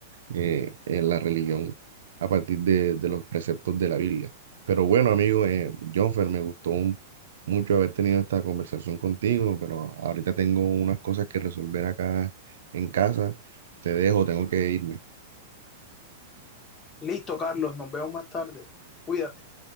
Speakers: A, on the right; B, on the left.
A: eh, en la religión a partir de, de los preceptos de la Biblia. Pero bueno, amigo, eh, Jonfer, me gustó un- mucho haber tenido esta conversación contigo, pero ahorita tengo unas cosas que resolver acá en casa. Te dejo, tengo que irme.
B: Listo, Carlos, nos vemos más tarde. Cuídate.